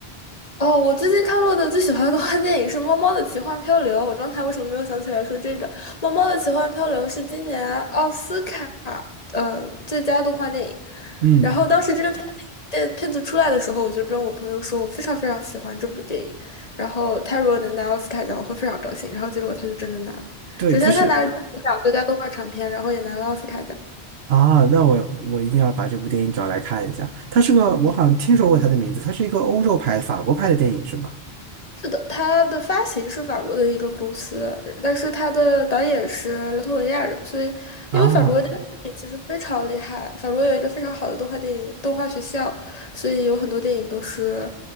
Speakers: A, on the left; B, on the right.
A: 哦，我最近看过的最喜欢的动画电影是《猫猫的奇幻漂流》。我刚才为什么没有想起来说这个？《猫猫的奇幻漂流》是今年奥斯卡呃最佳动画电影。
B: 嗯，
A: 然后当时这个片子片片子出来的时候，我就跟我朋友说，我非常非常喜欢这部电影。然后他如果能拿奥斯卡奖，我会非常高兴。然后结果他就真的拿了。
B: 对，
A: 首先他拿了金球奖最佳动画长片，
B: 它是
A: 然后也拿了奥斯卡奖。
B: 啊，那我我一定要把这部电影找来看一下。它是个我好像听说过它的名字，它是一个欧洲拍的法国拍的电影是吗？
A: 是的，它的发行是法国的一个公司，但是它的导演是拉脱维亚人，所以因为法国的动画电影其实非常厉害，
B: 啊。
A: 法国有一个非常好的动画电影动画学校，所以有很多电影都是